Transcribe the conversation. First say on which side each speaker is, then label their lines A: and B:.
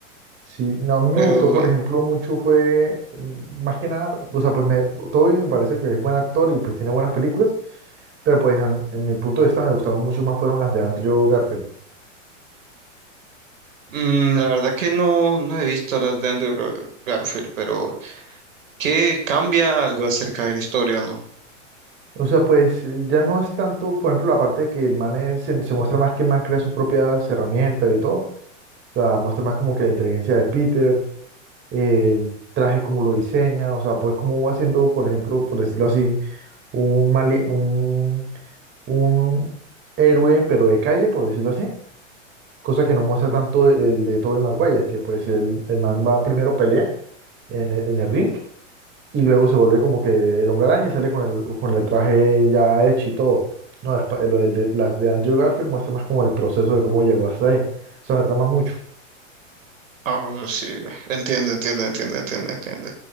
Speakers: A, on the right (about 30°); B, on the right (about 85°).
A: Sí, no, a mí me
B: Pero
A: gustó, por ejemplo, mucho fue, mm, más que nada, o sea, pues me, Toby me parece que es buen actor y pues tiene buenas películas, pero pues a mí- en mi punto de vista me gustaron mucho más fueron las de Andrew Garfield.
B: mm, la verdad que no, no he visto las de Andrew Gar- Garfield, pero ¿qué cambia algo acerca de la historia o no?
A: O sea, pues eh, ya no es tanto, por ejemplo, la parte de que el man es- se, se muestra más que el man crea sus propias herramientas y todo, o sea, muestra más como que la inteligencia de Peter, eh, el traje como lo diseña, o sea, pues como va haciendo, por ejemplo, por decirlo así, un, mali- un un héroe, pero de calle, por decirlo así, cosa que no muestra tanto el de Tobey Maguire, que pues el, el man va primero pelea en el, en el ring y luego se vuelve como que el hombre araña y sale con el, con el traje ya hecho y todo. No, despa- lo del de, las de Andrew Garfield muestra más como el proceso de cómo llegó hasta ahí. O sea, me trama mucho.
B: Ah, sí, entiendo, entiendo, entiendo, entiendo, entiendo.